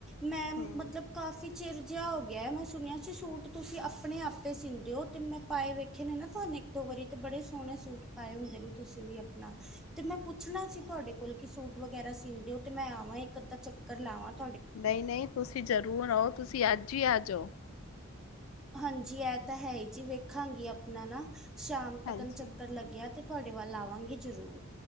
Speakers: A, in the centre; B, on the left.
A: ਮੈਂ
B: ਹੂੰ
A: ਮਤਲਬ ਕਾਫੀ ਚਿਰ ਜਿਹਾ ਹੋ ਗਿਆ ਮੈਂ ਸੁਣਿਆ ਸੀ ਸੂਟ ਤੁਸੀਂ ਆਪਣੇ ਆਪੇ ਸੀੀਦੇ ਹੋ ਤੇ ਮੈਂ ਪਾਏ ਵੇਖੇ ਨੇ ਨਾ ਤੁਹਾਨੂੰ ਇੱਕ ਦੋ ਵਾਰੀ ਤੇ ਬੜੇ ਸੋਹਣੇ ਸੂਟ ਪਾਏ ਹੁੰਦੇ ਨੇ ਤੁਸੀਂ ਵੀ ਆਪਣਾ ਤੇ ਮੈਂ ਪੁੱਛਣਾ ਸੀ ਤੁਹਾਡੇ ਕੋਲ ਕਿ ਸੂਟ ਵਗੈਰਾ ਸੀਂਦੇ ਹੋ ਤੇ ਮੈਂ ਆਵਾਂ ਅੱਧਾਂ ਚੱਕਰ ਲਾਵਾਂਗੇ।
B: ਨਹੀਂ-ਨਹੀਂ ਤੁਸੀਂ ਜ਼ਰੂਰ ਆਓ ਤੁਸੀਂ ਅੱਜ- ਅੱਜ ਹੀ ਆ ਜਾਓ।
A: ਹਾਂਜੀ, ਇਹ ਤਾਂ ਹੈ ਹੀ ਜੀ ਵੇਖਾਂਗੀ ਆਪਣਾ ਨਾ ਸ਼ਾਮ ਤਕਣ
B: ਹਾਂਜੀ
A: ਚੱਕਰ ਲੱਗਿਆ ਤੇ, ਤੁਹਾਡੇ ਵੱਲ ਆਵਾਂਗੇ ਜ਼ਰੂਰ,